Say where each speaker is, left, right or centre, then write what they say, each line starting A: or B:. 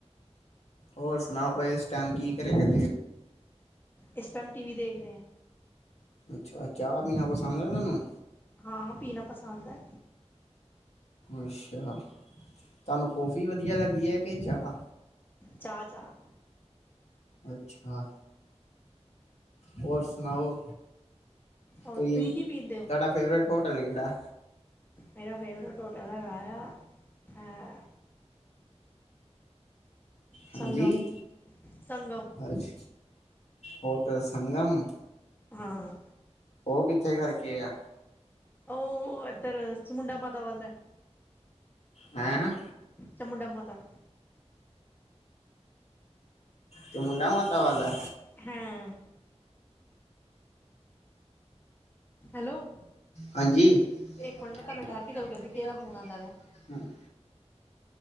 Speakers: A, on the left; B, on the left.
A: ਹੋਰ ਸੁਣਾਓ ਉਹ ਇਸ ਟਾਈਮ ਕੀ ਘਰੇ <unintelligible>
B: ਇਸ ਟੈਮ ਟੀਵੀ ਦੇਖ ਰਹੇ ਆਂ
A: ਅੱਛਾ ਚਾਹ ਪੀਣਾ ਪਸੰਦ ਆ ਤੁਆਨੂੰ
B: ਹਾਂ ਪੀਣਾ ਪਸਾੰਦ ਹੈ
A: ਅੱਛਾ ਤੁਹਾਨੂੰ ਕੌਫੀ ਵਧੀਆ ਲੱਗਦੀ ਹੈ ਕੇ ਚਾਹ
B: ਚਾਹ ਚਾਹ
A: ਅੱਛਾ ਹੋਰ ਸੁਣਾਓ
B: ਔਰ
A: ਤੁਹੀ
B: ਤੁਸੀਂ ਕੀ ਪੀਂਦੇ ਹੋ
A: ਤੁਆਡਾ ਫੇਵਰੇਟ ਹੋਟਲ ਕਿਹੜਾ
B: ਮੇਰਾ ਫੇਵਰੇਟ ਹੋਟਲ ਅਲਾ ਆਏਆ, ਐ ਸੰਗਮ
A: ਹਾਂਜੀ,
B: ਸੰਗਮ
A: ਅੱਛ, ਹੋਟਲ ਸੰਗਮ।
B: ਹਾਂ।
A: ਓ ਕਿੱਥੇ ਕਾਰਕੇ ਐ?
B: ਓ ਏਦੱਰ ਚਮੁੰੰਡਾ ਮਾਤਾ ਵੱਲ ਐ।
A: ਹੈਂ?
B: ਚਮੁੰਡਾ ਮਾਤਾ।
A: ਚਮੁੰਡਾ ਮਾਤਾ ਵੱਲ ਐ?
B: ਹੈਂ। ਹੈਲੋ
A: ਹਾਂਜੀ। <unintelligible>
B: ਇੱਕ ਮਿੰਟ ਮੈਂ ਤੁਹਾਨੂੰ ਠਹਿਰ ਕੇ ਗੱਲ ਕਰਦੀ ਕਿ ਇਹਦਾ ਫੋਨ ਆਉਂਦਾ ਵਾ